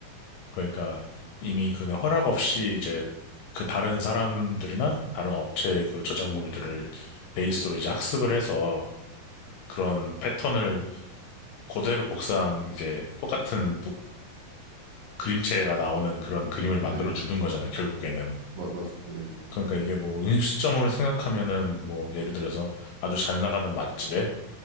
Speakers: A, on the left (about 80°); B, on the right (about 75°).
A: 그러니까 이미 그 허락 없이 이제 그 다른 사람들이나 다른 업체의 그 저작물들을 베이스로 이제 학습을 해서 그런 패턴을 그대로 복사한 이제 똑같은 뿌- 그림체가 나오는 그런 그림을 만들어
B: 네네.
A: 주는 거잖아요, 결국에는.
B: 맞, 맞, 네네.
A: 그러니까 이게 뭐 음식점으로 생각하면은 뭐 예를 들어서 아주 잘 나가는 맛집에